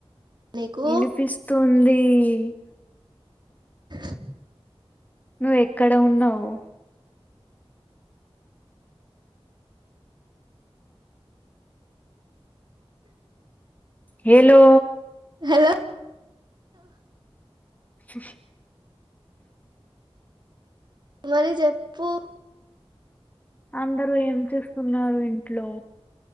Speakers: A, on the right (about 45°); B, on the left (about 15°).
A: నీకు
B: ఇనిపిస్తుంది. ఇ
A: ఆ
B: నువ్వు ఎక్కడ ఉన్నావు. హెలో
A: హలో
B: ఆ ఆ
A: మరి చెప్పు
B: అందరూ ఏం చేస్తున్నారు ఇంట్లో